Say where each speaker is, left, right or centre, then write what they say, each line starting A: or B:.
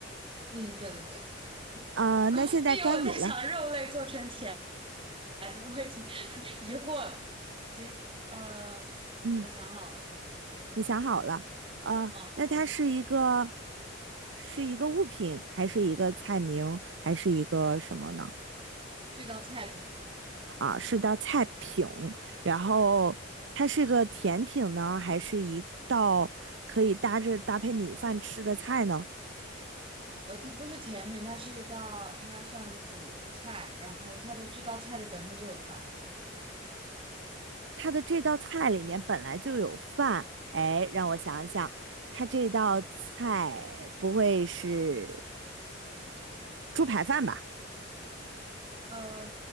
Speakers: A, on the right (about 25°); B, on the right (about 70°).
A: 嗯，对对对，
B: 啊、
A: <laughs>
B: 那现在该你了，
A: 因为我在想肉类做成甜。来的，我已经 <laughs> 疑惑了。行，呃，
B: 嗯，
A: 我想好了，
B: 你想好了，啊，
A: 哦，
B: 那它是一个是一个物品，还是一个菜名，还是一个什么呢？
A: 这道菜品，
B: 啊，是道菜品，然后它是个甜品呢，还是一道可以搭着搭配米饭吃的菜呢？
A: 呃，它不是甜品，它是一道应该算主菜，然后它的这道菜里本身就有饭，
B: 它的这道菜里面本来就有饭，哎，让我想想，它这道菜不会是猪排饭吧？
A: 呃，